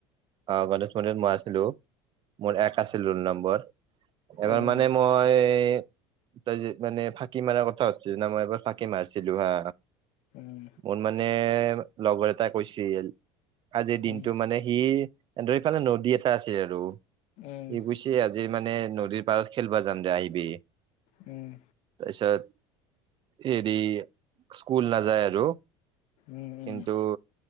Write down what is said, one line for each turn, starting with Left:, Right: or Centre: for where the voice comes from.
Right: অ'! গণেশ মন্দিৰত মই আছিলোঁ। মোৰ এক আছিল ৰোল নম্বৰ। এবাৰ
Left: উম
Right: মানে, মই তই যে মানে, ফাঁকি মাৰ কথা সুধিছিলি না? মই এবাৰ, ফাঁকি মাৰিছিলোঁ হা।
Left: উম।
Right: মোৰ মানে, লগৰ এটাই কৈছিল! আজিৰ দিনটো
Left: উম
Right: মানে সি, দুই ফালে, নদী এটা আছিল আৰু সি
Left: উম
Right: গৈছে। আজিৰ মানে, নদীৰ পাৰত খেলিবা যাম দে, আহিবি।
Left: উম।
Right: তাৰপিছত, সেৰি, স্কুল নযায় আৰু।
Left: উম
Right: কিন্তু,
Left: উম